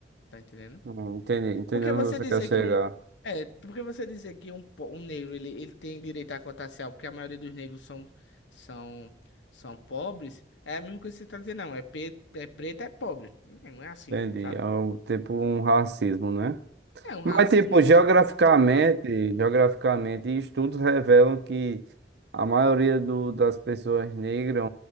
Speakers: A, on the left; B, on the right.
A: tá entendendo?
B: hum, entendi, entendi
A: Porque
B: onde
A: você
B: você
A: dizer
B: quer chegar.
A: que um. É, porque você dizer que um, po- um negro ele, ele tem direito à cota racial, porque a maioria dos negros são, são, são pobres, é a mesma coisa que você está dizendo, não. É, pe, é preto, é pobre. É, não é assim,
B: Entendi.
A: sabe?
B: É um, tipo um racismo, né?
A: É um
B: Mas,
A: racismo
B: tipo, geograficamente,
A: estrutural.
B: geograficamente, estudos revelam que a maioria do, das pessoas negras,